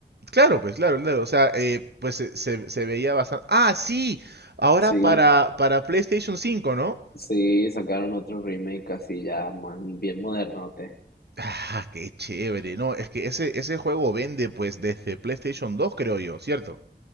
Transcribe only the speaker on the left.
Sí,
sí, sacaron otro remake así ya, man, bien modernote.